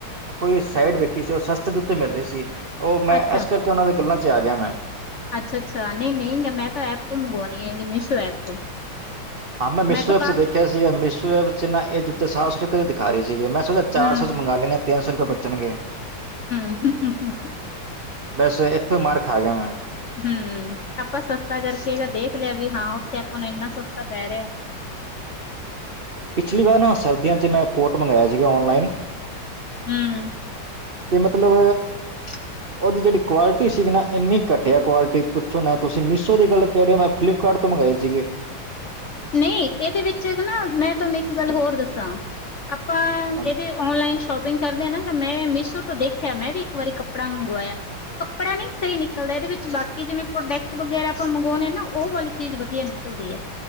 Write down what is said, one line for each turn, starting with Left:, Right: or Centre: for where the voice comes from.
Right: ਕੋਈ ਸਾਈਡ ਵੇਖੀ ਸੀ। ਉਹ ਸਸਤੇ ਜੁੱਤੇ ਮਿਲ ਰਹੇ ਸੀ। ਉਹ ਮੈਂ
Left: ਅੱਛਾ।
Right: ਇਸ ਕਰਕੇ, ਉਹਨਾਂ ਦੇ ਗੱਲਾਂ ਚ, ਆ ਗਿਆ ਮੈਂ।
Left: ਅੱਛਾ-ਅੱਛਾ, ਨਹੀਂ-ਨਹੀਂ ਮੈਂ ਤਾਂ ਐਪ ਤੋਂ ਮੰਗਵਾਉਣੀ ਹੈਗੀ। ਮੀਸ਼ੋ ਐਪ ਤੋਂ।
Right: ਹਾਂ। ਮੈਂ ਮੀਸ਼ੋ
Left: ਤਾਂ
Right: ਐਪਸ
Left: ਕਾ
Right: ਦੇਖਿਆ ਸੀਗਾ। ਮੀਸ਼ੋ ਐਪ ਚ, ਨਾ ਇਹ ਜੁੱਤੇ ਸਾਫ਼ ਸ ਦਿਖਾ ਰਹੇ ਸੀਗੇ। ਮੈਂ ਸੋਚਿਆ
Left: ਹੂੰ-ਹੂੰ,
Right: ਚਾਰ ਸੌ ਚ, ਮੰਗਵਾ ਲੈਂਦੇ ਤਿੰਨ ਸੌ ਰੁਪਏ ਬਚਣਗੇ।
Left: <unintelligible>
Right: ਬਸ ਇੱਥੋਂ ਹੀ ਮਾਰ ਖਾ ਗਿਆ ਮੈਂ।
Left: ਹਮ, ਆਪਾਂ ਸਸਤਾ ਕਰਕੇ ਦੇਖ ਲਿਆ ਵੀ ਹਾਂ। ਉੱਥੇ ਆਪਾਂ ਨੂੰ ਇੰਨਾ ਸਸਤਾ ਪੈ ਰਿਹਾ।
Right: ਪਿਛਲੀ ਵਾਰ ਨਾ, ਸਰਦੀਆਂ ਮੈਂ ਕੋਟ ਮੰਗਵਾਇਆ ਸੀਗਾ। ਔਨਲਾਈਨ
Left: ਹਮ।
Right: ਅਤੇ ਮਤਲਬ
Left: <unintelligible>
Right: ਉਹਦੀ ਜਿਹੜੀ ਕੁਆਲਿਟੀ ਸੀਗੀ ਨਾ, ਇੰਨੀ ਘਟਿਆ ਕੁਆਲਿਟੀ ਪੁੱਛੋ ਨਾ। ਤੁਸੀਂ ਮੀਸ਼ੋ ਦੀ ਗੱਲ ਕਹਿ ਰਿਹਾ। ਮੈਂ ਫਲਿਪਕਾਰਟ ਤੋਂ ਮੰਗਵਾਏ ਸੀਗੇ।
Left: ਨਹੀਂ ਇਹਦੇ ਵਿੱਚ ਨਾ, ਮੈਂ ਤੁਹਾਨੂੰ ਇੱਕ ਗੱਲ ਹੋਰ ਦੱਸਾਂ ਆਪਾਂ
Right: ਹਾਂ,
Left: ਇਹਦੇ ਔਨਲਾਈਨ ਸ਼ੋਪਿੰਗ ਕਰਦੇ ਹਾ। ਮੈ ਮੀਸ਼ੋ ਤੋਂ ਦੇਖ ਆਖਿਆ, ਮੈਂ ਵੀ ਇੱਕ ਵਾਰੀ ਕੱਪੜਾ ਮੰਗਵਾਇਆ। ਕੱਪੜਾ ਨਹੀਂ ਸਹੀ ਨਿਕਲਦਾ। ਇਹਦੇ ਵਿੱਚ ਬਾਕੀ ਜਿਵੇਂ ਪ੍ਰੋਡਕਟ ਵਗੈਰਾ, ਆਪਾਂ ਮੰਗਵਾਉਣੇ ਹਾਂ ਨਾ, ਉਹ ਵਾਲੇ ਚੀਜ਼ ਵਧੀਆ ਨਿਕਲਦੀ ਹੈ।